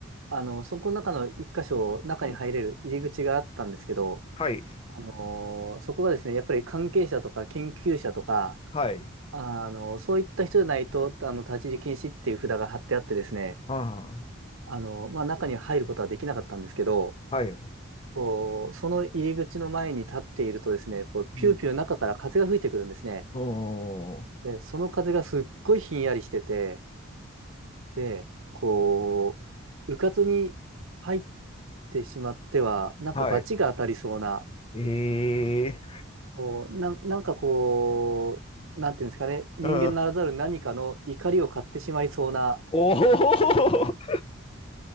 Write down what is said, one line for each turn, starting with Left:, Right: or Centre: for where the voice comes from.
Right: あの、そこの中の一箇所、中に入れる入り口があったんですけど、
Left: うん。はい。
Right: あのーそこがですね、やっぱり関係者とか研究者とか、
Left: はい。
Right: あのそういった人じゃないと、あの、立ち入り禁止っていう札が貼ってあってですね、
Left: ああ。
Right: あのまあ、中に入ることはできなかったんですけど、
Left: はい。う
Right: こう、その入り口の前に立っているとですね、こう、ピューピュー中から風が吹いてくるんですね。
Left: ん。おー。
Right: で、その風がすっごいひんやりしてて、で、こう、うかつに入ってしまっては、なんか罰が当たりそうな、
Left: あ、はい。ええ
Right: こう、な、なんかこう、なんていうんですかね、人間ならざる何かの怒りを買ってしまいそうな、
Left: うん。おお。